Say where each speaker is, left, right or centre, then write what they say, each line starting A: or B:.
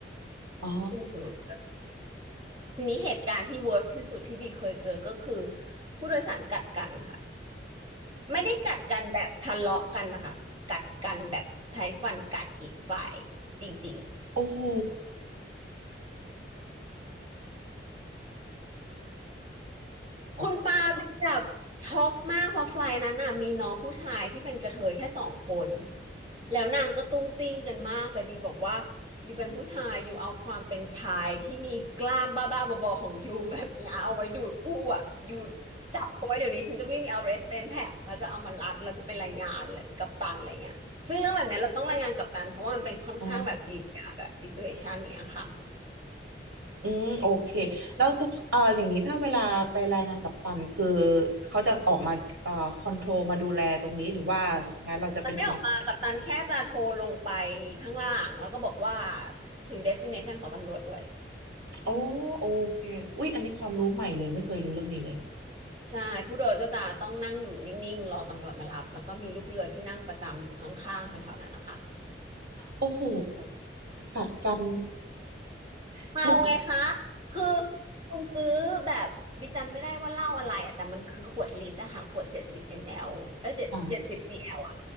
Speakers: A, on the right; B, on the right.
A: อ๋อ
B: ที่มันกินหมดทีนี้เหตุการณ์ที่ worst ที่สุดที่บีเคยเจอก็คือผู้โดยสารกัดกันค่ะไม่ได้กัดกันแบบทะเลาะกันนะคะกัดกันแบบใช้ฟันกัดอีกฝ่ายจริงๆ
A: โอ้โห
B: คุณปาเป็นแบบช็อกมากเพราะไฟล์นั้นน่ะมีน้องผู้ชายที่เป็นกระเทยแค่สองคนแล้วนางก็ตุ้งติ้งกันมากแต่บีบอกว่าอยู่เป็นผู้ชายอยู่เอาความเป็นชายที่มีกล้ามบ้าๆบอๆของยูแบบเนี้ยเอาไว้ดูดผู้อ่ะยูจับเอาไว้เดี๋ยวนี้ฉันจะวิ่งไปเอาเรสเตนแพ็กแล้วจะเอามันรัดแล้วจะเป็นรายงานเลยกัปตันอะไรเงี้ยซึ่งเรื่องแบบเนี้ยเราต้องรายงานกัปตันเพราะว่ามันเป็นค่อนข้างแบบซีเรียสแบบซิตูเอชันเนี่ยค่ะ
A: <laughs> อ๋อ อืมโอเคแล้วถ้าเอ่ออย่างนี้ถ้าเวลาไปรายงานกัปตันคือเขาจะออกมาเอ่อคอนโทรลมาดูแลตรงนี้หรือว่าสุดท้ายเราจะเป็นคน
B: มันไม่ออกมากัปตันแค่จะโทรลงไปข้างล่างแล้วก็บอกว่าถึงเดสติเนชันของตำรวจด้วย
A: โอ้โอเคอุ๊ยอันนี้ความรู้ใหม่เลยไม่เคยรู้เรื่องนี้เลย
B: ใช่ผู้โดยก็จะต้องนั่งอยู่นิ่งๆรอตำรวจมารับแล้วก็มีลูกเรือที่นั่งประจำอยู่ข้างๆแถวๆนั้นนะคะ
A: โอ้โห
B: ที่จะคอย
A: กัดกัน <laughs>
B: เมาไงคะ
A: เนี่ย
B: คือคุณซื้อแบบบิกจำไม่ได้ว่าเหล้าอะไรอะแต่มันคือขวดลิตรอะค่ะขวดเจ็ดสิบมลลิลิตรเอ้ยเจ็ดเจ็ดสิบซีแอลอะ
A: อ่า